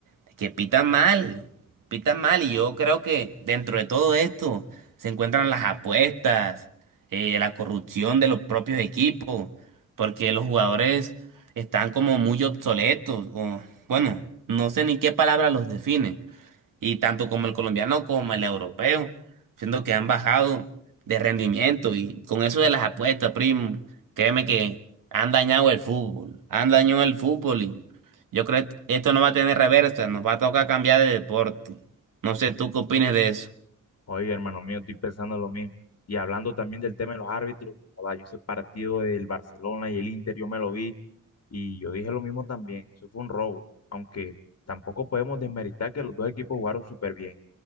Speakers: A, on the right; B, on the left.
A: es que pitan mal, pitan mal y yo creo que dentro de todo esto se encuentran las apuestas, eh, la corrupción de los propios equipos, porque los jugadores están como muy obsoletos, o bueno, no sé ni qué palabra los define y tanto como el colombiano como el europeo, siendo que han bajado de rendimiento y con eso de las apuestas, primo, créeme que han dañado el fútbol, han dañado el fútbol y yo creo que esto no va a tener reversa, nos va a tocar cambiar de deporte. No sé, ¿tú qué opinas de eso?
B: Oye, hermano mío, estoy pensando lo mismo. Y hablando también del tema de los árbitros, joda, yo ese partido del Barcelona y el Inter, yo me lo vi y yo dije lo mismo también. Eso fue un robo, aunque tampoco podemos desmeritar que los dos equipos jugaron súper bien.